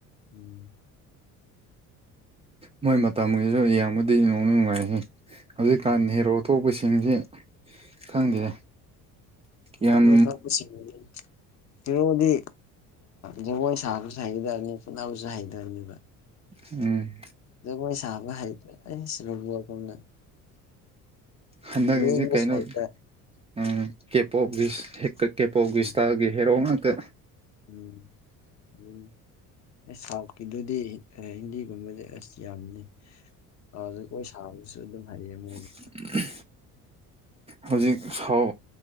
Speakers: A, on the left; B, on the right.
A: ꯎꯝ
B: ꯃꯣꯏ ꯃꯇꯝꯒꯤꯁꯨ ꯌꯦꯡꯕꯗꯤ ꯅꯣꯡꯅ ꯅꯨꯡꯉꯥꯏ ꯍꯧꯖꯤꯛꯀꯥꯟꯅꯤ
A: ꯎꯝ
B: ꯍꯦꯔꯣ ꯑꯇꯣꯞꯄꯁꯤꯡꯁꯤ ꯈꯪꯗꯦ ꯌꯥꯝ
A: ꯍꯤꯔꯣ ꯊꯣꯛꯄꯁꯤꯡꯗꯤ ꯍꯤꯔꯣꯗꯤ ꯖꯒꯣꯏ ꯁꯥꯕꯁꯨ ꯍꯩꯒꯗꯕꯅꯤ ꯐꯨꯅꯕꯁꯨ ꯍꯩꯒꯗꯕꯅꯦꯕ
B: ꯎꯝ
A: ꯖꯒꯣꯏ ꯁꯥꯕ ꯍꯩꯕ ꯑꯩꯁ ꯔꯣꯕꯣꯠꯒꯨꯝꯅ
B: ꯍꯟꯗꯛꯀꯤꯁꯤ
A: ꯂꯦꯡꯕꯁꯨ
B: ꯀꯩꯅꯣ
A: ꯍꯩꯇ
B: ꯎꯝ ꯀꯦꯞ ꯑꯣꯐ ꯀꯦꯞ ꯑꯣꯐ
A: ꯎꯝ
B: ꯏꯁꯇꯥꯏꯟꯒꯤ ꯍꯦꯔꯣ ꯉꯥꯛꯇ
A: ꯎꯝ ꯑꯗꯨꯅꯦ ꯑꯦ ꯁꯥꯎꯠꯀꯤꯗꯨꯗꯤ ꯍꯤꯟꯗꯤꯒꯨꯝꯕꯗꯤ ꯑꯁ ꯌꯥꯕꯅꯦ ꯑꯗꯨ ꯖꯒꯣꯏ ꯁꯥꯕꯁꯨ ꯑꯗꯨꯝ ꯍꯩꯌꯦ ꯃꯣꯏꯗꯤ
B: ꯎꯝ ꯍꯧꯖꯤꯛ ꯐꯥꯎ